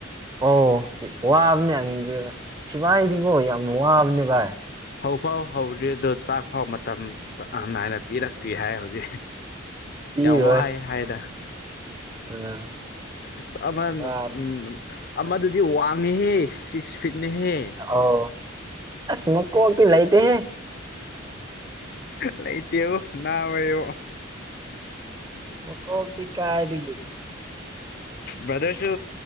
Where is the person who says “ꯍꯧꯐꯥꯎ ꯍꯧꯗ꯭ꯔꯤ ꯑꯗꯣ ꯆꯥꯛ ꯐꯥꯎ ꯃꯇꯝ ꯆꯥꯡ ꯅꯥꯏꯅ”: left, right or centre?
Left